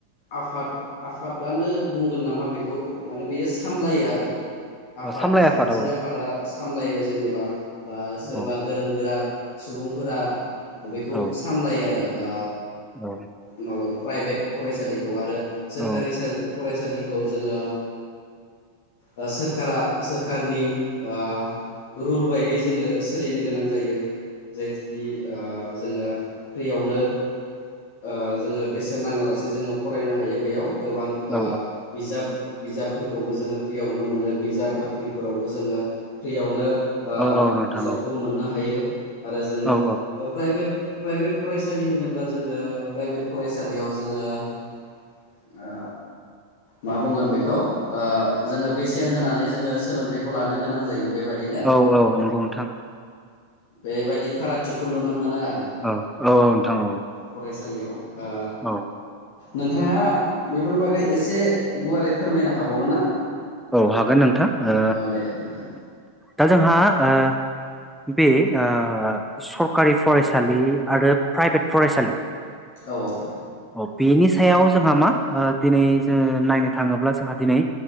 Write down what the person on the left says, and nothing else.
आफाद आफादानो बुंगोन नामा बेखौ माने बेयो सामलायो आरो। आफाद
मोनसे
आफादा सामलायो जेनेबा ओ सोरबा
गोरों गोरा सुबुंफोरा बेखौ
सामलायो आरो ओ
माबाखौ प्राइभेट फरायसालिखौ आरो सोरखारि
सालि फरायसालिखौ जोङो ओ सोरखारा सोरखारनि ओ रुल बायदि जोङो सोलिनो गोनां जायो। जेथुखि ओ जोङो फ्रियावनो ओ जोङो बेसेन नाङालासे जोङो फरायनो हायो बेयाव गोबां ओ
बिजाब बिजाबफोरखौबो जोङो फ्रियावनो मोनो बिजाब बाख्रिफोरावबो जोङो फ्रियावनो ओ
बिजाबखौ
मोननो हायो आरो जोङो
ओ प्राइभेट प्राइभेट फरायसालि होनोब्ला जोङो प्राइभेट फरायसालियाव जोङो ओ मा बुंगोन बेखौ ओ जोङो बेसेन होनानै जोङो सोलोंथाइखौ लानो गोनां जायो बेबायदिनो
बेबायदि फारागथिखौ नुनो मोनो आर
फरायसालियाव ओ
नोंथाङा बेफोरनि बागै एसे गुवारै फोरमायनो हाबावगोन ना?
अ दे नोंथां
औ औ